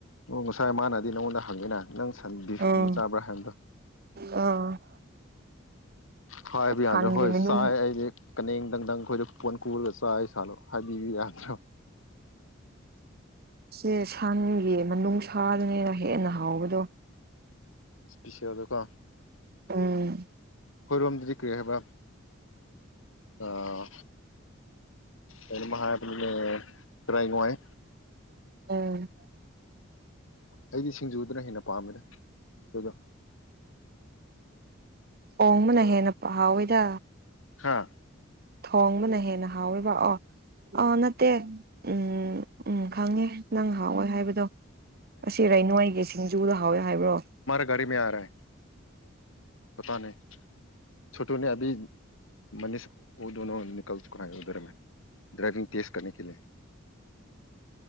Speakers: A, on the left (about 85°); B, on the right (about 50°).
A: ꯎ ꯉꯁꯥꯏ ꯃꯥꯅ ꯅꯪꯉꯣꯟꯗ ꯍꯪꯉꯤꯅ ꯅꯪ ꯁꯟ ꯗꯤꯐꯀꯨꯝꯕ
B: ꯑꯣ
A: ꯆꯥꯕ꯭ꯔꯥ ꯍꯥꯏꯕꯗꯨꯣ
B: ꯑꯣ
A: ꯍꯕꯤ
B: ꯁꯟꯒꯤ
A: ꯑꯗꯣ ꯍꯣꯏ
B: ꯃꯅꯨꯡꯁꯦ
A: ꯁꯥ ꯑꯩꯗꯤ ꯀꯅꯗꯪꯗꯪ ꯑꯩꯈꯣꯏꯗ ꯄꯣꯟ ꯀꯔꯒ ꯆꯥꯏ ꯁꯥꯠꯂꯣ ꯍꯥꯏꯕꯤꯕ ꯌꯥꯗ꯭ꯔꯣ
B: ꯁꯦ ꯁꯉꯌꯦ ꯃꯅꯨꯡ ꯁꯥꯗꯨꯅꯤꯅ ꯍꯦꯟꯅ ꯍꯥꯎꯕꯗꯣ
A: ꯏꯁꯄꯤꯁꯤꯦꯜꯗꯀꯣ ꯑꯩꯣꯏꯔꯣꯝꯗꯨꯗꯤ
B: ꯎꯝ
A: ꯀꯔꯤ ꯍꯥꯏꯕ ꯑꯥ ꯩꯅ ꯃꯍꯅꯦ ꯇ꯭ꯔꯥꯏ ꯉꯅꯨꯡꯉꯥꯏ
B: ꯑꯝ
A: ꯑꯩꯗꯤ ꯁꯤꯡꯖꯨꯗꯅ ꯍꯦꯟꯅ ꯄꯥꯝꯃꯦꯗ ꯑꯗꯨꯗꯣ
B: ꯑꯣꯣꯡꯕꯅ ꯍꯦꯟꯅ ꯄ ꯍꯥꯎꯋꯦꯗ
A: ꯍꯥ
B: ꯊꯣꯡꯕꯅ ꯍꯦꯟꯅ ꯍꯥꯎꯋꯦꯕ ꯑꯣ ꯑꯥ ꯅꯠꯇꯦ ꯎꯝ ꯎꯝ ꯈꯪꯉꯦ ꯅꯪ ꯍꯥꯎꯋꯦ ꯍꯥꯏꯕꯗꯣ ꯑꯁꯤꯔ ꯅꯣꯏꯒꯤ ꯁꯤꯡꯖꯨꯗ ꯍꯥꯎꯋꯦ ꯍꯥꯏꯕ꯭ꯔꯣ
A: ꯒꯥꯔꯤ ꯃ ꯑꯔꯦ ꯄꯇꯥꯅꯦꯣꯇꯨꯅꯦ ꯑ ꯃꯅꯤꯁ ꯑꯣ ꯗꯅꯣ ꯅꯅꯤꯀꯂ ꯆꯨꯀꯥꯦ ꯎꯙꯔ ꯃ ꯗ꯭ꯔꯥꯏꯚꯒ ꯇꯦꯖꯀ ꯀ ꯂ